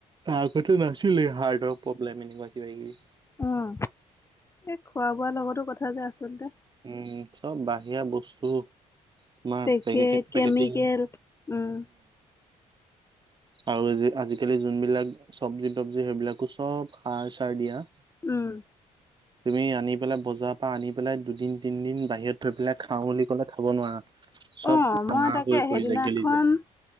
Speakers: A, on the right (about 30°); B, on the left (about 20°).
A: আগতে নাছিলে হাৰ্টৰ প্ৰব্লেম এনেকুৱা কিবা কিবি।
B: উম, এই খোৱা বোৱাৰ লগতো কথা যে আচলতে।
A: উম, চব বাহিৰা বস্তু তোমাৰ
B: পেকেট
A: পেকে পেকেটিং
B: কেমিকেল উম।
A: আৰু যে আজিকালি যোনবিলাক চবজি তবজি সেইবিলাকো চব সাৰ চাৰ দিয়া।
B: উম,
A: তুমি আনি পেলাই বজাৰৰ পৰা আনি পেলাই দুদিন তিনদিন বাহিৰত থৈ পেলাই খাওঁ বুলি কলে খাব নোৱাৰা। চব
B: অ,
A: ৰঙা
B: মই তাকে
A: হৈ পৰি
B: সেইদিনাখন,
A: যায় গেলি যায়।